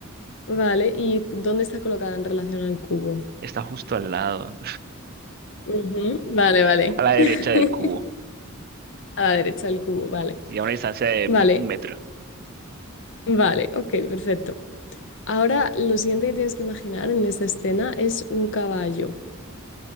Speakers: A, on the left; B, on the right.
A: vale. ¿Y dónde está colocada en relación al cubo?
B: Está justo al lado,
A: Ujú, Vale, vale.
B: <laughs> a la derecha
A: <laughs>
B: del cubo,
A: A la derecha del cubo, vale.
B: sí, a una distancia de
A: Vale,
B: un metro.
A: vale, ok, perfecto. Ahora lo siguiente que tienes que imaginar en esta escena es un caballo.